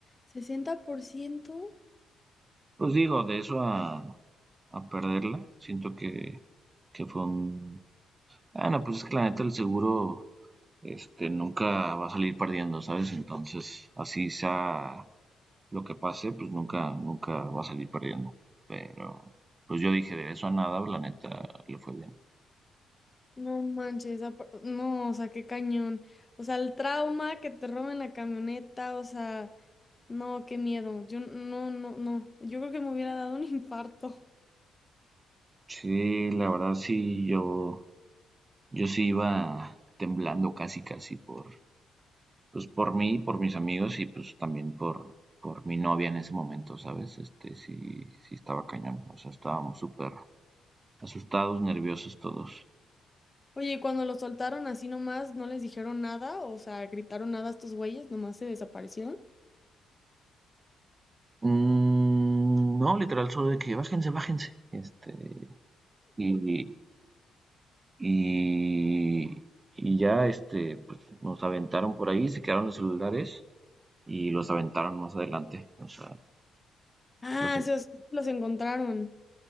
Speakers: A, on the left; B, on the right.
A: sesenta por ciento
B: pues digo, de eso a, a perderla, siento que, que fue un, Ah, no, pues es que la neta el seguro, este, nunca va a salir perdiendo, ¿sabes? Entonces, así sea lo que pase, pues nunca, nunca va a salir perdiendo. Pero, pues yo dije, de eso a nada, la neta, le fue bien.
A: No manches, apa- no, o sea, qué cañón. O sea, el trauma que te roben la camioneta, o sea, no, qué miedo. Yo no, no, no. Yo creo que me hubiera dado un <laughs> infarto.
B: Sí, la verdad sí, yo, yo sí iba temblando casi, casi por, pues por mí, por mis amigos y pues también por, por mi novia en ese momento, ¿sabes? Este, sí, sí estaba cañón, o sea, estábamos súper asustados, nerviosos todos.
A: Oye, ¿y cuando los soltaron así nomás, no les dijeron nada? O sea, gritaron nada a estos güeyes, nomás se desaparecieron.
B: Mm, no, literal, solo de que bájense, bájense. Este, y, y, y ya este, pues, nos aventaron por ahí, se quedaron los celulares y los aventaron más adelante. O sea,
A: Ah,
B: los,
A: sí, o sea, los encontraron.